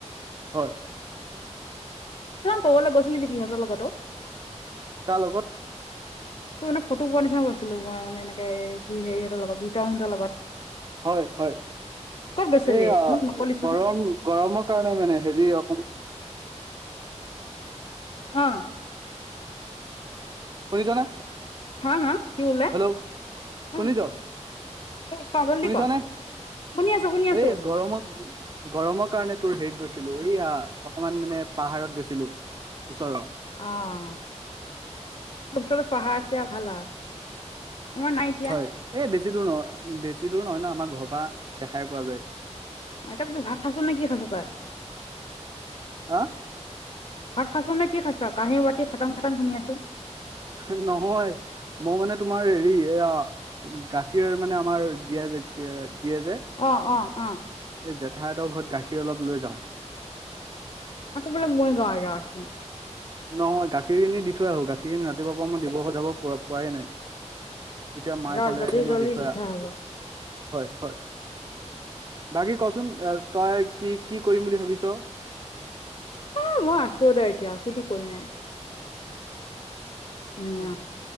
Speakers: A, on the right (about 35°); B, on the left (about 50°).
A: হয়।
B: কব লা গৈছিলি নেকি সিহতৰ লগতো।
A: কাৰ লগত।
B: <inaudible> তো মানে ফটো পোৱাৰ নিচিনা পাইছিলো মই মানে এনেকে হেৰিহতৰ লগত ভিতং হতৰ লগত।
A: হয় হয়,
B: ক'ত গৈছিলি
A: এইয়া
B: মোক নক'লিচোন
A: গৰম গৰমৰ কাৰণে মানে হেৰি অকণ-
B: অঁ'
A: শুনিছনে?
B: হাঁ মা কি কলে?
A: হেল্ল'
B: উম'
A: শুনিছ
B: উম' ক জল্দি
A: শুনিছনে?
B: ক শুনি আছোঁ শুনি আছোঁ
A: এই গৰমত- গৰমৰ কাৰণে তোৰ হেৰিত গৈছিলো এইয়া অকমান মানে পাহাৰত গৈছিলো ওচৰৰ।
B: অঁ ওচৰত পাহাৰ আছে ভাল আৰু আমাৰ নাই। এতিয়া
A: হয়, এই বেছি দূৰ নয় বেছি দূৰ নহয় ন আমাৰ ঘৰৰ পৰা দেখাই পোৱা যায়।
B: অ তাত কি ভাত খাইছ নে কি খাইছ তই?
A: হাঁ'
B: ভাত খাইছ নে কি খাইছ? কাঁহী বাটি খাটাং খাটাং শুনি আছো।
A: হে নহয় মো মানে তোমাৰ হেৰি এয়া- গাখীৰৰ মানে আমাৰ দিয়ে যে দিয়ে যে, -
B: অঁ অঁ অঁ'
A: সেই জেঠায়ঁতৰ ঘৰত গাখীৰ অলপ লৈ যাওঁ।
B: আকৌ বলে মই গাঁৱে গাচোন।
A: নহয় গাখিৰ খিনি দি থৈ আহো। গাখীৰখিনি ৰাতিপুৱা পৰা মই দিব যাব পৰা পোৱাই নাই। ইতিয়া মায়ে
B: যা
A: ক'লে
B: জল্দি
A: সেটো
B: জল্দি
A: দি থৈ আ।
B: আহিব
A: হয় হয়, বাকী কচোন এ তই কি কি কৰিম বুলি ভাবিছ?
B: অ মই আছো দে এতিয়া কিটো কৰিম আও। এনে
A: উ
B: আৰু